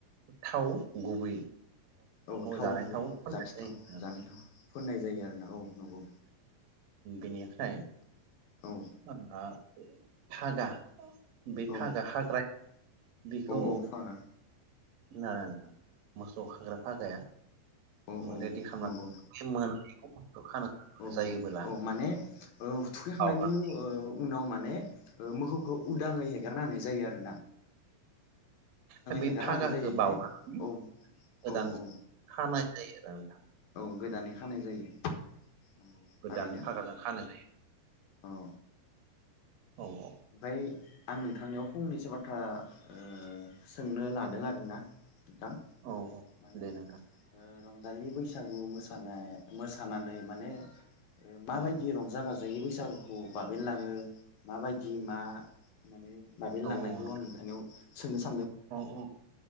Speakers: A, on the right; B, on the left.
A: थाव गुबै
B: औ थाव
A: जानाय
B: गुबै
A: फोननाय
B: जाथिथाव
A: जायो
B: जानायथाव फोननाय जायो आरोना औ नंगौ
A: बेनिफ्राय
B: औ।
A: माबा फागा बे
B: औ
A: खाग्रा हाग्रा बेखौ
B: औ औ फागा
A: ना मोसौ खाग्रा फागाया।
B: औ औ
A: रेडि खालामनानै
B: नंगौ
A: बे मोनायाव मोसौ खानो
B: औ औ
A: जायोबोला
B: औ माने ओ थुखैखांनायनि
A: बावनानै
B: ओ उनाव मान ने ओ मोखौखौ उदाङै हेगारना होनाय जायो आरो।
A: ओ बे
B: हेगारना
A: फागाखौ
B: होनाय जायो
A: बावखांनानै
B: ओमफ्राय
A: गोदान
B: औ औ
A: खानाय जायोना नोंथां?
B: औ गोदानै खानाय जायो। नंगौ
A: गोदान
B: थारैनो।
A: फागाजों खानाय
B: अ
A: <unintelligible>
B: ओमफाय आं नोंथांनियाव फंनैसो बाथ्रा ओ सोंनो लादों आरोना थां
A: औ औ
B: माने
A: दे नोंथां
B: ओ रं दानि बैसागु मोसानाय मोसानानै माने ओ माबायदि
A: औ
B: रंजा बाजा बाजायो बैसागुखौ बाबेनलाङो माबायद दिमा मा माने बाबेन
A: औ
B: लांनायखौ
A: औ नोंथां
B: आं नोंथांनियाव सोंनो सा
A: औ औ